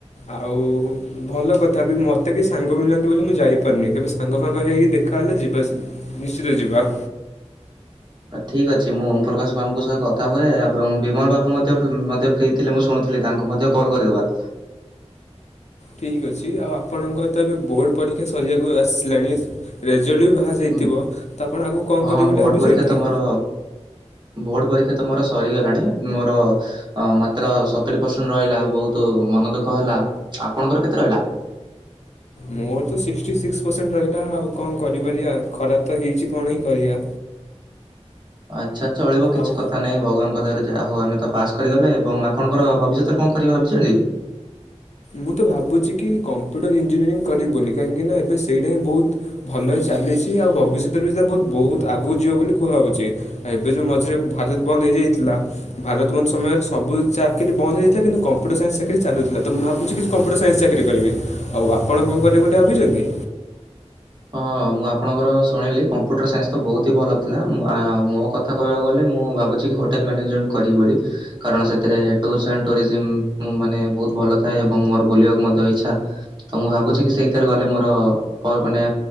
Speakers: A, on the left; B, on the right.
A: ଆଉ ଭଲ କଥା ବି ମତେ ବି ସାଙ୍ଗ ମିଳୁନାହାଁନ୍ତି ବୋଲି ମୁଁ ଯାଇପାରୁନି କେବେ ସାଙ୍ଗ ଫାଙ୍ଗ ହେଇକି ଦେଖାହେଲେ ଯି ବାସ୍ ନିଶ୍ଚିତ ଯିବା।
B: ଠିକି ଅଛି ମୁଁ ଓମ୍ ପ୍ରକାଶ ବାବୁଙ୍କ ସହ କଥା ହୁଏ ଏବଂ ବିମଳ ବାବୁ ମଧ୍ୟ ମଧ୍ୟ ଫିଇ ମୁଁ ଶୁଣୁଥିଲି ତାଙ୍କୁ ମଧ୍ୟ କଲ୍ କରିଦବା।
A: ଠିକ୍ ଅଛି ଆଉ ଆପଣଙ୍କର ତ ଏବେ ବୋର୍ଡ଼ ପରୀକ୍ଷା ସରିବାକୁ ଆସିଲାଣି ରେଜଲ୍ଟ ବି ବାହା <unintelligible> ଯାଇଥିବ
B: ଉଁ,
A: ତ ଆପଣ ଆଗକୁ କଣ
B: ହଁ
A: କରିବେ ବୋଲି
B: ବୋର୍ଡ
A: ଭାବିଚନ୍ତି?
B: ପରୀକ୍ଷା ତ ମୋର ବୋର୍ଡ ପରୀକ୍ଷା ତ ମୋର ସରିଗଲାଣି ମୋର ମାତ୍ର ସ ସତୁରି ପରସେଣ୍ଟ ରହିଲା ବହୁତୁ ମନ ଦୁଃଖ ହେଲା। ଆପଣଙ୍କର କେତେ ରହିଲା?
A: ମୋର ତ ସିକ୍ସଟି ସିକ୍ସ ପରସେଣ୍ଟ ରହିଲା। ଆଉ କଣ କରିପାରିବା। ଖରାପ ତ ହେଇଚି କଣ ହିଁ କରିପାରିବା।
B: ଆଚ୍ଛା ଚଳିବ କିଛି
A: ଆଉ
B: କଥା ନାଇଁ ଭଗବାନଙ୍କ ଦ୍ୱାରା ଯା ହଉ ଆମେ ତା ପାସ୍ କରିଗଲେ ଏବଂ ଆପଣଙ୍କର ଭବିଷ୍ୟତରେ କଣ କରିବେ ବୋଲି ଭାବିଚନ୍ତି?
A: ମୁଁ ତ ଭାବୁଚି କି କମ୍ପ୍ୟୁଟର ଇଞ୍ଜିନିୟରିଂ କରିବି ବୋଲି। କାହିଁକିନା ଏବେ ସେଇଟା ହିଁ ବହୁତୁ ଭଲ ଚାଲିଛି ଆଉ ଭବିଷ୍ୟତରେ ବି ସେଟା ହୁତ ବହୁତ ଆଗକୁ ଯିବ ବୋଲି କୁହାହଉଛି। ଆଉ ଏବେ ଯୋଉ ମଝିରେ ଭାରତ ବନ୍ଦ ହେଇଯାଇଥିଲା। ଭାରତବନ୍ଦ ସମୟରେ ସବୁ ଚାକିରି ବନ୍ଦ ହେଇଥିଲା କିନ୍ତୁ କମ୍ପ୍ୟୁଟର ସାଇନ୍ସ ଚାକିରି ଚାଲୁଥିଲା। ତ ମୁଁ ଭାବୁଛି କିଛି କମ୍ପ୍ୟୁଟର ସାଇନ୍ସ ଚାକିରି କରିବି ଆଉ ଆପଣ କଣ କରିବେ ଗୋଟେ ଭାବିଛନ୍ତି?
B: ହଁ ମୁଁ ଆପଣଙ୍କର ଶୁଣିଲି କମ୍ପ୍ୟୁଟର ସାଇନ୍ସ ତ ବହୁତ ହିଁ ଭଲ ଥିଲା ମ ଆ ମୋ କ ଥା କହିବାକୁ ଗଲେ ମୁଁ ଭାବୁଛି କି ହୋଟେଲ ମ୍ୟାନେଜମେଣ୍ଟ କରିବି ବୋଲି? କାରଣ ସେଥିରେ ତୁର୍ସ ଆଣ୍ଡ ଟର୍ଜୀମ ମାନେ ବହୁତ ଭଲ ଥାଏ ଏବଂ ମୋର ବୁଲିବାକୁ ମଧ୍ୟ ଇଛା। ତ ମୁଁ ଭାବୁଛି କି ସେଇଥିରେ ଗଲେ ମୋର କଲ୍ ମାନେ